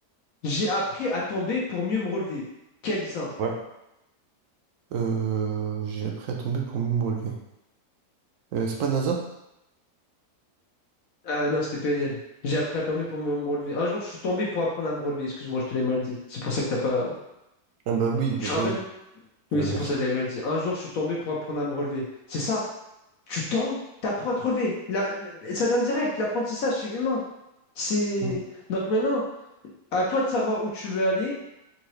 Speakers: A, on the left; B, on the right.
A: J'ai appris à tomber pour mieux me relever. Qui a dit ça
B: Ouais. Euh, j'ai appris à tomber pour mieux me relever. Euh, c'est pas NASA?
A: euh, Non, c'était PNL. J'ai appris à tomber pour mieux me relever. Un jour, je suis tombé pour apprendre à me relever. Excuse-moi, je te l'ai mal dit. C'est pour ça que t'as pas.
B: Ah bah oui, bah
A: Je te rappelle
B: oui,
A: Oui,
B: bah
A: c'est
B: bien
A: pour
B: sûr.
A: ça que je l'ai mal dit. Un jour, je suis tombé pour apprendre à me relever. C'est ça. tu tombes, tu apprends à te relever. La- la- ça vient direct, l'apprentissage, c'est humain. C'est...
B: Mm.
A: Donc maintenant, à toi de savoir où tu veux aller